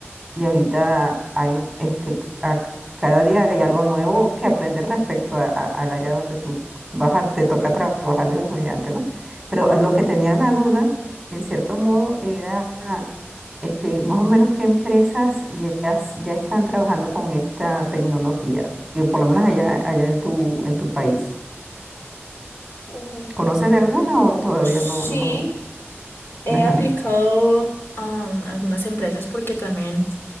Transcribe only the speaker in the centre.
y ahorita hay este, a- cada día hay algo nuevo que aprender respecto a- a- al área donde tú vas a- te toca trabajar, Dios mediante, ¿no? Pero a lo que tenía la duda, en cierto modo, era este, más o menos qué empresas ya, s- ya están trabajando con esta tecnología, que por lo menos allá, allá en tu, en tu país.
¿Conoces de alguna o todavía
no, no?
Ajá,